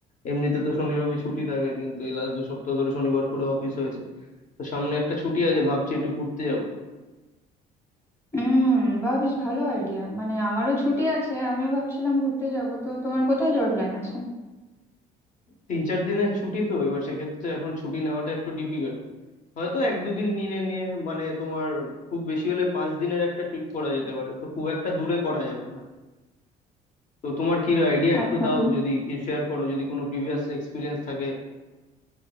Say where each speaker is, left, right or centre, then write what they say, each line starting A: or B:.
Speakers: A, on the left (about 50°); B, on the left (about 15°).
A: এমনিতে তো শনি রবি ছুটি থাকে কিন্তু এই লাস্ট দু সপ্তাহ ধরে শনিবার করে অফিস হয়েছে তো সামনে একটা ছুটি আছে ভাবছি একটু ঘুরতে যাব
B: হুম বা বেশ ভালো আইডিয়া মানে আমারও ছুটি আছে আমিও ভাবছিলাম ঘুরতে যাব তো তোমার কোথায় যাওয়ার প্ল্যান আছে
A: তিন চার দিনের ছুটি তো এবার সেক্ষেত্রে এখন ছুটি নেওয়াটা একটু ডিফিকাল্ট হয়তো এক দুদিন নিয়ে নিয়ে মানে তোমার খুব বেশি হলে পাঁচ দিনের একটা ট্রিপ করা যেতে পারে তো খুব একটা দূরে করা যাবে না তো তোমার কি আইডিয়া একটু
B: আচ্ছা
A: দাও যদি কি শেয়ার করো যদি কোনো প্রিভিয়াস এক্সপিরিয়েন্স থাকে